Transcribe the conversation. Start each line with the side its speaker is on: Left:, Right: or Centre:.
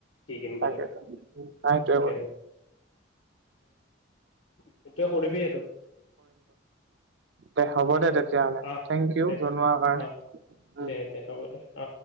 Left: কি কিনিব
Right: তাকে
Left: লাগে।
Right: তাকে নাই সেইটোৱে
Left: তাকে আৰু এতিয়া কৰিবি আৰু
Right: দে হ'ব
Left: তাকে
Right: দে
Left: আৰু
Right: তেতিয়াহলে
Left: অ
Right: থেংকি ইউ
Left: দে
Right: জনোৱাৰ কাৰণে
Left: অ দে দে হ'ব দে অ